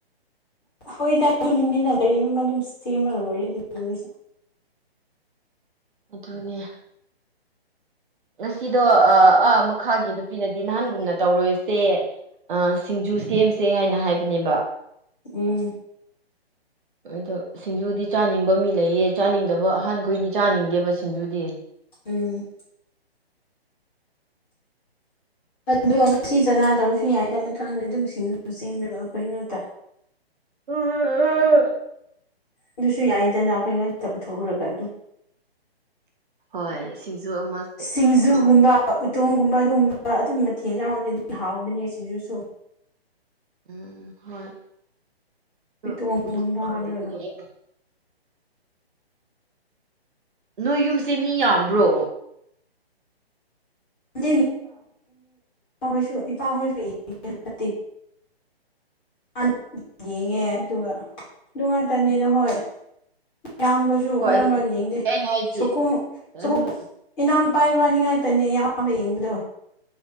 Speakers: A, on the left; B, on the right.
A: ꯍꯣꯏꯗꯥ ꯅꯨꯃꯤꯠꯟꯅ ꯀꯔꯤꯅꯝ ꯑꯗꯨꯝ ꯁꯦꯝꯂ ꯂꯣꯏꯔꯦ ꯑꯗꯨ ꯅꯨꯃꯤꯠꯁꯤ
B: ꯑꯗꯨꯅꯦ ꯉꯁꯤꯗꯣ ꯑ ꯑꯥ ꯃꯈꯥꯒꯤ ꯅꯨꯄꯤꯅꯗꯤ ꯅꯍꯥꯟꯒꯨꯝꯅ ꯇꯧꯔꯣꯏꯁꯦ ꯑꯥ ꯁꯤꯡꯖꯨ ꯁꯦꯝꯁꯦ ꯍꯥꯏꯅ ꯍꯥꯏꯕꯅꯦꯕ
A: ꯎꯝ
B: ꯑꯗꯣ ꯁꯤꯡꯖꯨꯗꯤ ꯆꯥꯅꯤꯡꯕ ꯃꯤ ꯂꯩꯌꯦ ꯆꯥꯅꯤꯡꯗꯕ ꯑꯍꯥꯟꯈꯣꯏꯗꯤ ꯆꯥꯅꯤꯡꯗꯦꯕ ꯁꯤꯡꯖꯨꯗꯤ
A: ꯎꯝ ꯑꯗꯣ ꯉꯁꯤ ꯆꯅꯥ ꯇꯧꯔꯁꯨ ꯌꯥꯏꯗ ꯃꯥꯊꯪꯗ ꯑꯗꯨꯝ ꯁꯤꯡꯖꯨ ꯁꯦꯝꯂꯕ ꯑꯩꯈꯣꯏ ꯉꯥꯛꯇ
B: <unintelligible>
A: ꯑꯗꯨꯁꯨ ꯌꯥꯏꯗꯅ ꯑꯩꯈꯣꯏ ꯉꯥꯛꯇ ꯄꯨꯊꯣꯛꯎꯔꯒ ꯑꯗꯨꯝ
B: ꯍꯣꯏ ꯁꯤꯡꯖꯨ ꯑꯃꯥꯅꯦ
A: ꯁꯤꯡꯖꯨꯒꯨꯝꯕ
B: ꯑ
A: ꯎꯇꯣꯡꯒꯨꯝꯕ ꯑꯗꯨꯒꯨꯝꯕ ꯑꯗꯨ ꯃꯊꯦꯜ ꯌꯥꯎꯔꯗꯤ ꯍꯥꯎꯕꯅꯦ ꯁꯤꯡꯖꯨꯁꯨ
B: ꯎꯝ ꯍꯣꯏ ꯑꯗꯨ
A: ꯏꯇꯣꯡꯒꯨꯝꯕ
B: ꯕꯨꯛ
A: ꯍꯥꯕꯔꯥꯒ
B: ꯂꯩꯕꯒꯤ ꯑꯩꯅ ꯅꯣꯏ ꯌꯨꯝꯁꯦ ꯃꯤ ꯌꯥꯝꯕ꯭ꯔꯣ
A: <unintelligible> ꯏꯄꯥꯍꯣꯏꯁꯨ ꯏꯄꯥꯍꯣꯏꯁꯨ ꯌꯦ <unintelligible> <unintelligible> ꯌꯦꯡꯉꯦ ꯑꯗꯨꯒ ꯑꯗꯨ ꯉꯥꯛꯇꯅꯦꯗ ꯍꯣꯏ ꯏꯌꯥꯝꯕ
B: ꯍꯣꯏ
A: ꯃꯥꯔꯛ
B: ꯑꯗꯨ
A: ꯃꯥꯔꯛ ꯌꯦꯡꯗꯦ
B: ꯑꯩꯅ ꯍꯥꯏꯗꯤ
A: ꯁꯨꯨꯒꯨꯝ ꯁꯨꯒꯨ
B: ꯑꯗꯨꯝ
A: ꯏꯅꯥꯎ ꯅꯨꯄꯥ ꯏꯕꯥꯅꯤ ꯉꯥꯛꯇꯅꯦ ꯑꯌꯥꯝꯕ ꯌꯦꯡꯕꯗꯣ